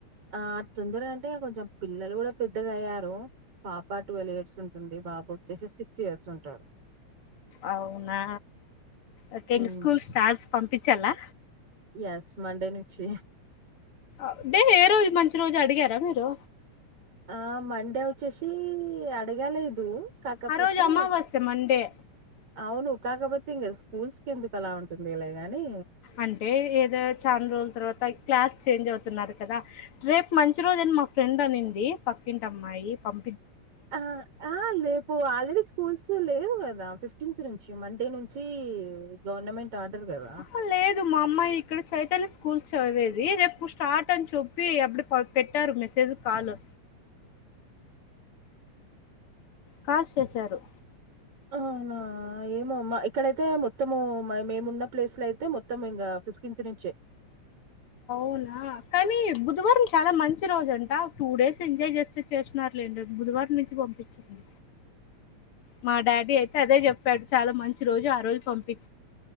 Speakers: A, on the right; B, on the left.
A: ఆ తొందర అంటే కొంచెం పిల్లలు కూడా పెద్దగా అయ్యారు పాప పాప ట్వెల్ ఇయర్స్ ఉంటుంది బాబు వచ్చేసి సిక్స్ ఇయర్స్ ఉంటాడు
B: అవునా ఓకే
A: హ్మ్.
B: ఇక స్కూల్ స్టార్స్ పంపించాలా
A: యస్ మండే నుంచి
B: అంటే ఏ రోజు మంచి రోజు అడిగారా మీరు
A: ఆ మండే వచ్చేసి అడగలేదు కాకపోతే
B: ఆ రోజు అమావాస్య మండే
A: అవును కాకపోతే ఇంకా స్కూల్స్ కి ఎందుకు అలా ఉంటుందిలే గాని
B: అంటే ఏదో చాలా రోజుల తర్వాత క్లాస్ చేంజ్ అవుతున్నారు కదా రేపు మంచి రోజు అని మా ఫ్రెండ్ అనింది పక్కింటి అమ్మాయి పం
A: ఆ ఆ రేపు ఆల్రెడీ స్కూల్స్ లేవు కదా ఫిఫ్ టీన్త్ నుంచి మండే నుంచి గవర్నమెంట్ ఆర్డర్ గదా!
B: ఆహా లేదు మా అమ్మాయి ఇక్కడ చైతన్య స్కూ స్కూల్ చదివేది రేపు స్టార్ట్ అని చెప్పి అప్పుడు పె పెట్టారు మెసేజ్ కాలు కాల్ సేసారు
A: ఆహా ఏమో మా ఇక్కడైతే మొత్తము మేమున్న ప్లేస్ లో అయితే మొత్తం ఇంగా ఫిఫ్టీన్త్ నుంచే
B: అవునా కానీ బుధవారం చాలా మంచి రోజు అంట టూ డేస్ ఎంజాయ్ చేస్తే చేసినారు లేండి బుధ బుధవారం నుంచి పంపించండి మా డాడీ అయితే అదే చెప్పాడు చాలా మంచి రోజు ఆ రోజు పంపియి